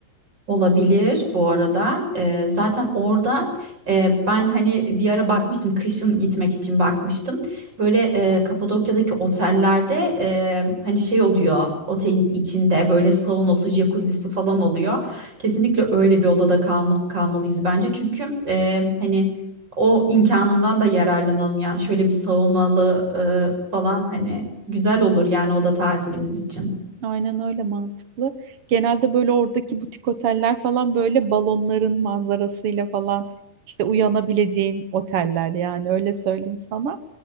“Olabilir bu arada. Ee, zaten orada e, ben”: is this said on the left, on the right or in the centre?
Right